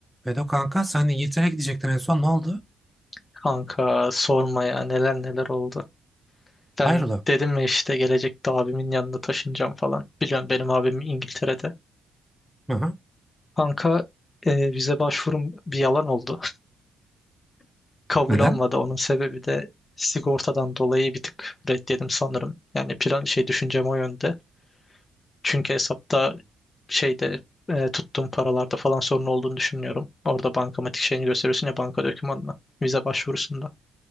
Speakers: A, in the centre; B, on the left.
A: Vedo kanka sen İngiltere'ye gidecektin en son ne oldu?
B: Kanka sorma ya neler neler oldu. Ben
A: Hayrola?
B: dedim ya işte gelecekte abimin yanına taşınacağım falan. Biliyorsun benim abim İngiltere'de.
A: Hı hı.
B: Kanka e, vize başvurum bir yalan oldu. <laughs> Kabul
A: Neden?
B: olmadı. Onun sebebi de sigortadan dolayı bir tık reddedim sanırım. Yani plan şey düşüncem o yönde. Çünkü hesapta şeyde e, tuttuğum paralarda falan sorun olduğunu düşünmüyorum. Orada bankamatik şeyini gösteriyorsun ya banka dokümanına. Vize başvurusunda.